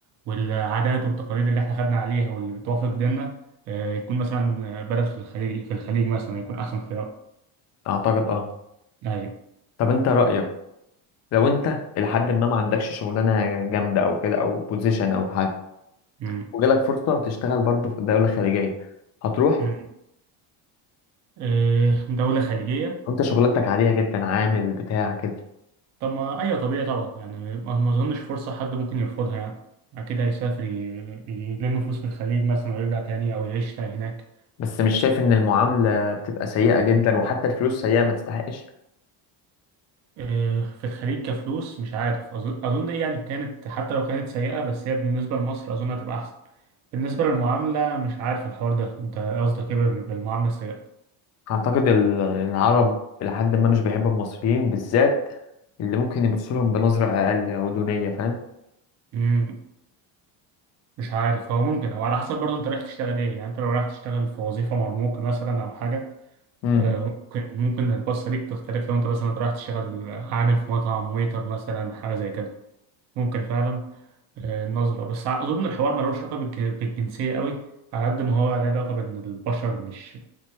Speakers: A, on the right; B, on the left.
A: والعادات والتقاليد اللي إحنا خدنا عليها واللي بتوافق ديننا آه، يكون مثلا آه، بلد في الخليج في الخليج مثلا يكون أحسن خيار.
B: اعتقد اه
A: أيوة.
B: طب انت رايك لو انت لحد ما ما عندكش شغلانه جامده او كده او بوزيشن او حاجه
A: م-
B: وجالك فرصه تشتغل برضه في دوله خليجيه هتروح
A: م. آه، دولة خليجية
B: وانت شغلانتك عاديه جدا عامل بتاع كده
A: طب ما ايوه طبيعي طبعا يعني ما ما اظنش فرصه حد ممكن يرفضها يعني اكيد هيسافر ي- يلم فلوس في الخليج مثلا ويرجع تاني او يعيش تاني هناك
B: بس مش شايف ان المعامله بتبقى سيئه جدا وحتى الفلوس سيئه ما تستحقش
A: إيه، في الخليج كفلوس مش عارف اظن اظن إيه يعني كانت حتى لو كانت سيئه بس هي بالنسبه لمصر اظن هتبقى احسن بالنسبه للمعامله مش عارف الحوار ده انت قصدك ايه بال- بالمعامله السيئه
B: اعتقد ال- العرب لحد ما مش بيحبوا المصريين بالذات اللي ممكن يبصوا لهم بنظره اقل او دونيه فاهم
A: امم مش عارف هو ممكن او على حسب برضه انت رايح تشتغل ايه يعني انت لو رايح تشتغل في وظيفه مرموقه مثلا او حاجه
B: امم
A: آه، ممكن ممكن البصة ليك تختلف لو انت مثلا رايح تشتغل آه، عامل في مطعم ويتر مثلا حاجة زي كده ممكن فعلا آه، النظرة بس ع- أظن الحوار ملوش علاقة بالج- بالجنسية قوي على قد ما هو عليه علاقة بإن البشر مش